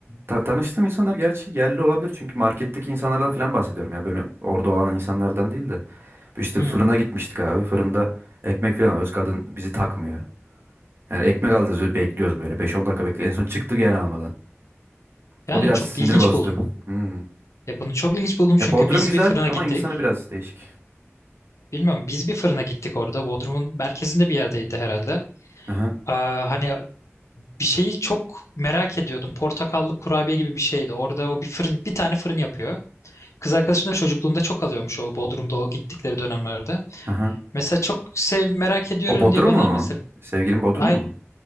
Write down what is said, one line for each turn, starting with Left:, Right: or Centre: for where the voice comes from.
Right: ta- tanıştığım insanlar gerçi yerli olabilir. Çünkü marketteki insanlardan filan bahsediyorum. Ya böyle orada olan insanlardan değil de. İşte
Left: Hmm.
Right: fırına gitmiştik abi. Fırında ekmek filan alıyoruz. Kadın bizi takmıyor. Yani ekmek alacağız bekliyoruz böyle. beş on dakika bekliyoruz. En son çıktık yani almadan.
Left: Yani
Right: O biraz
Left: çok
Right: sinir
Left: ilginç
Right: bozdu.
Left: buldum.
Right: Hmm.
Left: Ya bunu çok ilginç buldum
Right: E
Left: çünkü
Right: Bodrum
Left: biz
Right: güzel
Left: bir fırına
Right: ama
Left: gittik.
Right: insanı biraz değişik.
Left: Bilmiyorum biz bir fırına gittik orada. Bodrum'un merkezinde bir yerdeydi herhalde.
Right: Aha,
Left: Aa, hani bir şeyi çok merak ediyordum. Portakallı kurabiye gibi bir şeydi. Orada o bir fırın, bir tane fırın yapıyor. Kız arkadaşım da çocukluğunda çok alıyormuş o Bodrum'da o gittikleri dönemlerde.
Right: aha.
Left: Mesela çok sev, merak ediyorum
Right: O Bodrumlu
Left: diye bana
Right: mu?
Left: mesela
Right: Sevgilin Bodrumlu
Left: ay
Right: mu?